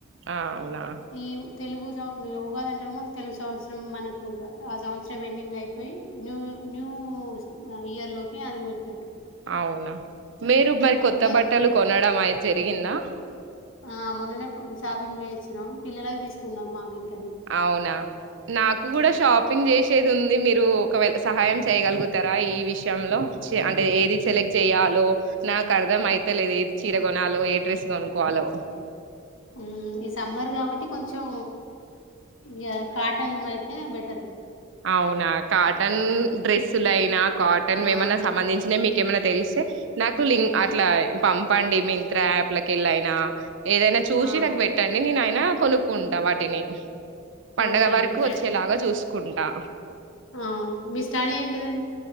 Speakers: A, on the right (about 65°); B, on the left (about 70°).
A: ఆ అవునా
B: ఈ తెలుగు సం ఉగాదంటేనెమో తెలుగు సంవత్సరం మనకు ఉగాది. ఆ సంవత్సరం. ఎండింగ్ అయిపోయి న్యూ న్యూ ఇయర్ లోకి అడుగుపెట్
A: అవునా మీరు మరి
B: అందుకే
A: కొత్త బట్టలు కొనడం అది జరిగిందా!
B: ఆ మొన్ననే షాపింగ్ పొయొచ్చినాం పిల్లలకి తీసుకు పున్నమాగింగ్
A: అవునా నాకు కూడా
B: ఉమ్.
A: షాపింగ్ చేసేది ఉంది మీరు ఒకవేళ సహాయం చేయగలుగుతారా. ఈ విషయంలో అంటే ఏది సెలెక్ట్ చేయాలో నాకు అర్థం అయిత లేదు. ఏది చీర కొనాలో, ఏ డ్రెస్ కొనుక్కో వాలో.
B: ఊ ఈ సమ్మర్ కాబట్టి కొంచెం ఇగ కాటన్ అయితే బెటరు
A: అవునా కాటన్ డ్రెస్సులయినా కాటన్
B: ఆ!
A: వి ఏమైనా సంబంధించిన మీకు కేమనా తెలిస్తే నాకు లింక్
B: ఆ!
A: అట్లా పంపండి. మీంత్రా యాప్లకు వె ళ్ళైనా ఏదైనా చూసి
B: ఆ!
A: నాకు పెట్టండి. నేనయినా కొనుక్కుంటా వాటిని పండగ
B: ఓకే
A: వరకు
B: అండి. పెడ్
A: వచ్చేలాగా చూసుకుంటా
B: అవును మీ స్టడీ ఏంటిదండి